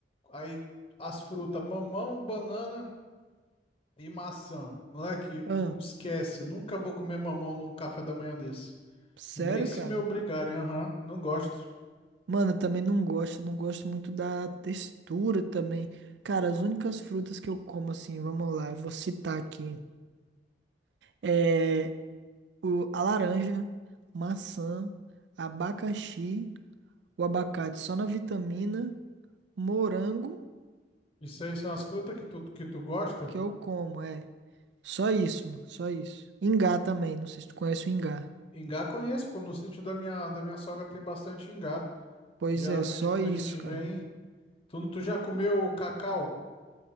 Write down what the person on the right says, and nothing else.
ah,
sério,
cara?
Mano, eu também não gosto, não gosto muito da textura também. Cara, as únicas frutas que eu como assim, vamos lá, eu vou citar aqui. É o, a laranja, maçã, abacaxi, o abacate só na vitamina, morango,
ca-
que eu como, é. Só isso, mano, só isso. Ingá também, não sei se tu conhece o ingá.
Pois
é, só
isso,
cara.